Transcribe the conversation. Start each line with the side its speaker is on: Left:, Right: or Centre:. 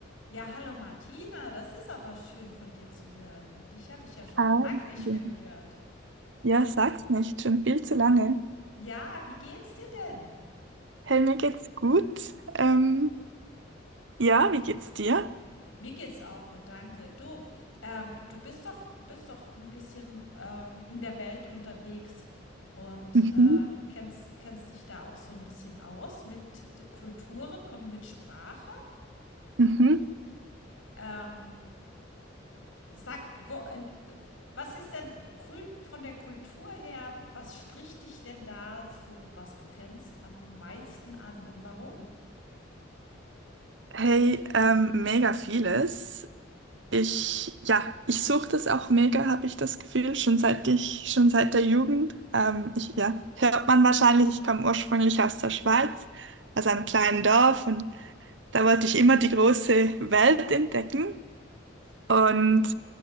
Left: Ja, hallo Martina, das ist aber schön von dir zu hören. Dich habe ich ja schon
Right: Hi.
Left: lange nicht
Right: Ja,
Left: mehr gehört.
Right: Ja, sag's nicht, schon viel zu lange.
Left: Ja, wie geht's dir denn?
Right: Hey, mir geht's gut. Ähm, ja, wie geht's dir?
Left: Mir geht's auch gut, danke. Du, ähm, du bist doch, bist doch ein bisschen äh, in der Welt unterwegs und
Right: Mhm.
Left: äh, kennst, kennst dich da auch so ein bisschen aus mit Kulturen und mit Sprache.
Right: Mhm.
Left: Ähm, Sag, wo, en was ist denn Kul von der Kultur her, was spricht dich denn da so, was du kennst, am meisten an und warum?
Right: Hey, ähm, mega vieles. Ich, ja, ich suche das auch mega, habe ich das Gefühl, schon seit ich, schon seit der Jugend. Ähm, ich, ja, hört man wahrscheinlich, ich komme ursprünglich aus der Schweiz, aus einem kleinen Dorf und da wollte ich immer die große Welt entdecken. Und